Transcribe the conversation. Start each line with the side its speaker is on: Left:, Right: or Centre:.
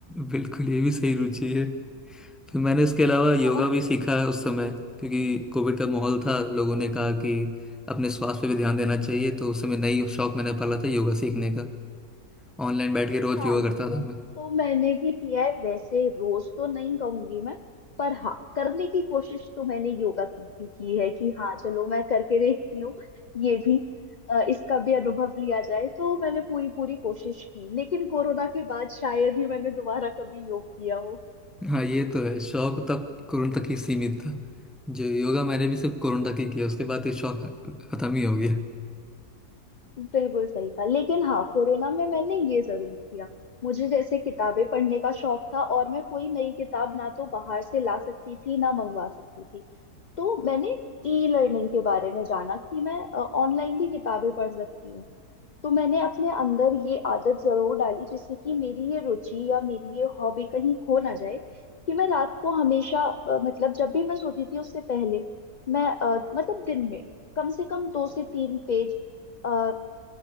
Centre: बिल्कुल ये भी सही रुचि है फिर मैंने इसके अलावा योगा
Left: हाँ
Centre: भी सीखा है उस समय क्योंकि कोविड का माहौल था लोगों ने कहा कि अपने स्वास्थ्य पे भी ध्यान देना चाहिए तो उस समय नई शौक मैंने पाला था योगा सीखने का ऑनलाइन बैठ के रोज
Left: हाँ
Centre: योगा
Left: योग
Centre: करता था मैं
Left: तो मैंने भी किया है वैसे रोज तो नहीं कहूंगी मैं पर हाँ करने की कोशिश तो मैंने योगा की भी की है कि हाँ चलो मैं करके देखती हूँ ये भी अ, इसका भी अनुभव लिया जाए तो मैंने पूरी पूरी कोशिश की लेकिन कोरोना के बाद शायद ही मैंने दोबारा कभी योग किया
Centre: हाँ ये तो है शौक तब कोरोना तक ही सीमित था जो योगा मैंने भी सिर्फ कोरोना तक ही किया उसके बाद ये शौक खत्म ही हो गया
Left: बिल्कुल सही कहा लेकिन हाँ कोरोना में मैंने ये जरूर किया मुझे जैसे किताबें पढ़ने का शौक था और मैं कोई नई किताब ना तो बाहर से ला सकती थी ना मंगवा सकती थी तो मैंने ई लर्निंग के बारे में जाना कि मैं ऑनलाइन भी किताबें पढ़ सकती हूँ तो मैंने अपने अंदर ये आदत जरूर डाली जिससे कि मेरी ये रुचि या मेरी ये हॉबी कहीं खो ना जाए कि मैं रात को हमेशा अ, मतलब जब भी मैं सोती थी उससे पहले मैं अ, मतलब दिन में कम से कम दो से तीन पेज अ,